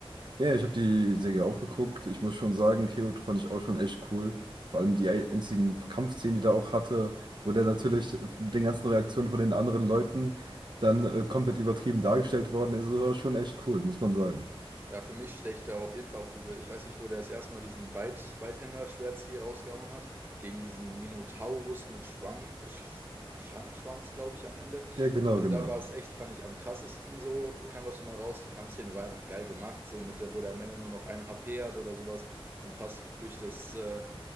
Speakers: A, on the right (about 50°); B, on the right (about 20°).
A: Ja, ich habe die Serie auch geguckt. Ich muss schon sagen, Kyoto fand ich auch schon echt cool. Vor allem die einzigen Kampfszenen, die da auch hatte, wo der natürlich mit den ganzen Reaktionen von den anderen Leuten dann äh, komplett übertrieben dargestellt worden ist. Das war schon echt cool, muss man sagen.
B: Ja, für mich stecht da auf jeden Fall auch diese, ich weiß nicht, wo der das erste Mal diesen Beit, Beithänder-Schwertstil rausgehauen hat, gegen diesen Minotaurus mit Schwang, äh, Sch Schlangenschwanz, glaube ich, am Ende.
A: Ja, genau,
B: Also
A: genau.
B: da war es echt, fand ich, am krassesten so, kam das nochmal raus. Die Kampfszene war einfach geil gemacht, so mit, der- wo der am Ende nur noch ein HP hat oder sowas und fast durch das äh,